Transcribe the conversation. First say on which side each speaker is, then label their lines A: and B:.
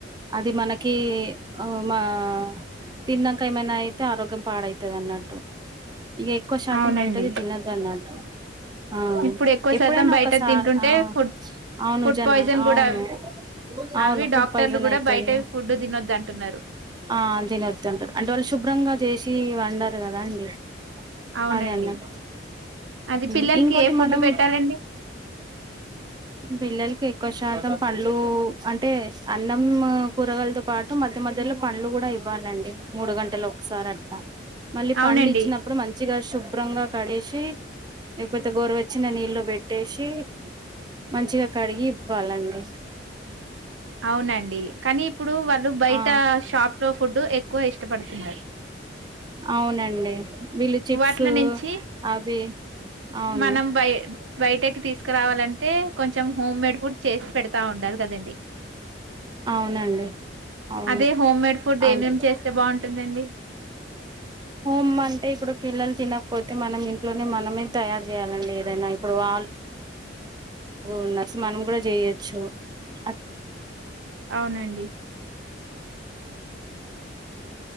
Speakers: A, on the right; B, on the right.
A: అది మనకి ఉ మా తిన్నంక ఏమన్నాయి తె ఆరోగ్యం పాడయితది అన్నట్టు ఇగ ఎక్కువ శాతం
B: అవునండి
A: బయటది తినద్దన్నట్టు ఆ
B: ఇప్పుడు ఎక్కువ
A: ఎప్పుడైనా
B: శాతం బయట
A: ఒకసారి
B: తింటుంటే
A: ఆ
B: ఫుడ్
A: అవును
B: ఫుడ్
A: జనా
B: పాయిజన్
A: అవును
B: కూడా
A: అవును
B: అవి
A: ఫుడ్
B: డాక్టర్లు
A: పయిసన్
B: కూడా
A: అయితది
B: బయట ఫుడ్ తినొద్దు అంటున్నారు
A: ఆల్దినద్దాంటారు అంటే వాళ్ళు శుభ్రంగా చేసి వండారు కదా అండి
B: అవునండి
A: అదే అన్నట్టు
B: అది
A: ఉమ్,
B: పిల్లల్కి
A: ఇంకోటి
B: ఏ ఫుడ్
A: మనం
B: పెట్టాలండి
A: పిల్లల్కి ఎక్కువ శాతం పండ్లు అంటే అన్నం కూరగాయలతో పాటు మధ్య మధ్యలో పండ్లు కూడా ఇవ్వాలండి మూడు గంటలు ఒకసారి అట్ట మళ్ళీ
B: అవునండి
A: పండ్లు ఇచ్చినప్పుడు మంచిగా శుభ్రంగా కడేసి లేకపోతే గోరవెచ్చనీ నీళ్లు పెట్టేసి మంచిగా కడిగి ఇవ్వాలండి
B: అవునండి కనీ ఇప్పుడు వాళ్ళు బయట
A: ఆ
B: షాప్ లో ఫుడ్ ఎ ఎక్కువ ఇష్టపడుతున్నారు
A: అవునండి వీళ్ళు చిప్స్
B: వాటిల నుంచి
A: అవి అవును
B: మనం బయ బయటకి తీసుకురావాలంటే కొంచెం హోమ్మేడ్ ఫుడ్ చేసి పెడుతు తా ఉండాలి కదండి
A: అవునండి అవును
B: అదే హోమ్ మేడ్ ఫుడ్
A: అవును
B: ఏమేమి చేస్తే బాగుంటుందండి
A: హోమ్ అంటే ఇప్పుడు పిల్లలు తినకపోతే మనం ఇంట్లోనే మనమే తయారు చేయాలండి ఏదైనా ఇప్పుడు వాళ్ళు ఉన్నరు మనం కూడా చేయొచ్చు అట్
B: అవునండి